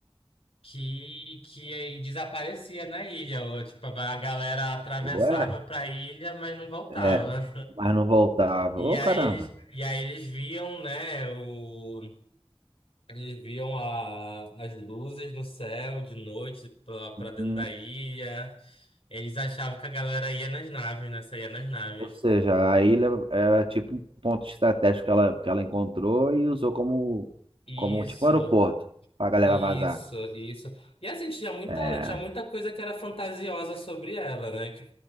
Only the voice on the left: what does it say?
que, que aí desaparecia na ilha. Ou, tipo, a galera atravessava
pra ilha, mas não voltava.
E
aí
eles, e aí eles viam, né, o, eles viam a, as luzes no céu de noite pra, pra dentro
da ilha. Eles achavam que a galera ia nas naves, né, saía nas naves.
Isso,
isso,
isso. E assim, tinha muita,
tinha muita coisa que era fantasiosa sobre ela, né, que,